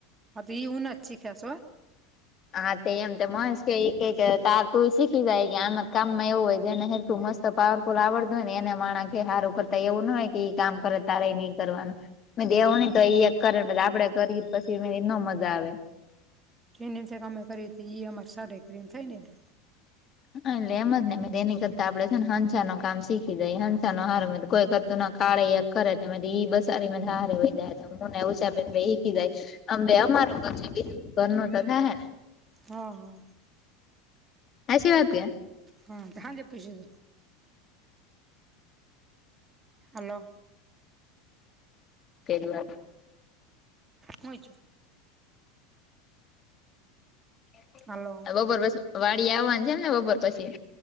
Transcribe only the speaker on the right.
એવુ નથી કરતો.
કે નિચે અમે કરીતી ઈ અમાર સડે ક્રીમ થાય ને.
હા હા.
હા હાજે પુછીજો હાલો.
મુચ
હાલો.